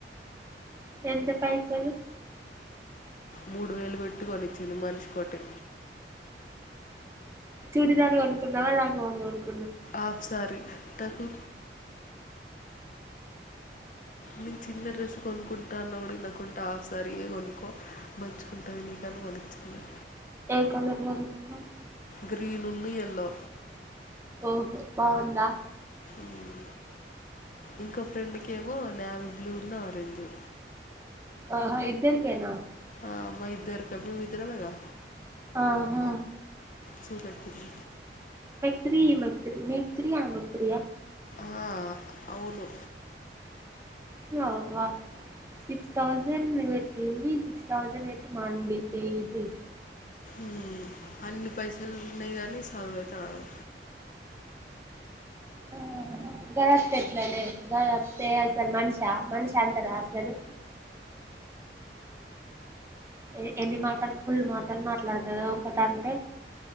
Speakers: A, on the right; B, on the left.
A: ఎంత పైసలు
B: మూడు వేలు వెట్ ట్టి కొనిచ్చింది. మంచ్ కోట్టే
A: చూడిదార్ కొనుక్కున్నావా లంగ వోణి కొనుక్కు
B: ఆఫ్ సారీ నాకు నేను చిన్న డ్రెస్ కొనుకున్ టా అన్న కూడ వినకుంట హాఫ్ సారీయే కొనుక్కో మంచిగా ఉంటది నీకు అని కొనిచ్చిన
A: ఏ కలర్ కొనుక్కున్నవ్
B: గ్రీనున్ను ఎల్లో
A: ఓహో బాగుందా?
B: మ్మ్ ఇంకో ఫ్రెండ్కి ఏమో నావి బ్లూ ను ఆరెంజు
A: అ హా ఇద్దరికేనా?
B: ఆ మా ఇద్దరికబి మేమిద్దరమే గా
A: ఆ హా
B: సూపెట్ ది
A: త్రీ మెక్ త్రి నీకు త్రీ ఆమెకు త్రీయా
B: ఆ అవును
A: వావ్ వా సిక్స్ థౌసండ్ పెట్టి సిక్స్ థౌసండ్ పెట్టి మండి ది ది
B: మ్మ్ అన్ని పైసల్ ఉన్నాయి కానీ సదువు అయితే రాదు.
A: ఆ గర తెట్లనే గరస్తే అసలు మన్షా మన్షా అంటారా అసలు. ఎ ఎన్ని మాటలు ఫుల్ మాటలు మాట్లాడుతది ఒకటంటే